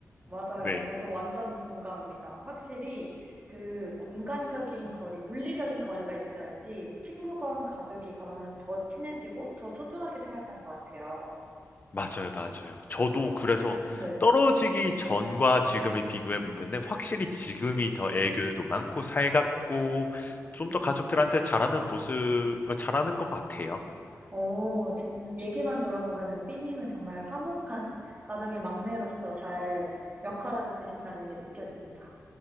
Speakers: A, on the right (about 30°); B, on the left (about 35°).
A: 맞아요.
B: 네.
A: 저도 완전 공감합니다. 확실히 그 공간적인 거리, 물리적인 거리가 있어야지 친구건 가족이건 더 친해지고 더 소중하게 생각하는 것 같아요.
B: 맞아요, 맞아요. 저도 그래서
A: 네,
B: 떨어지기 전과 지금을 비교해 보면은 확실히 지금이 더 애교도 많고 살갑고 좀 더
A: 네.
B: 가족들한테 잘하는 모습, 어, 잘하는 것 같아요.
A: 오, 진, 얘기만 들어보면은 삐님은 정말 화목한 가정의 막내로서 잘 역할하고 계신다는 게 느껴집니다.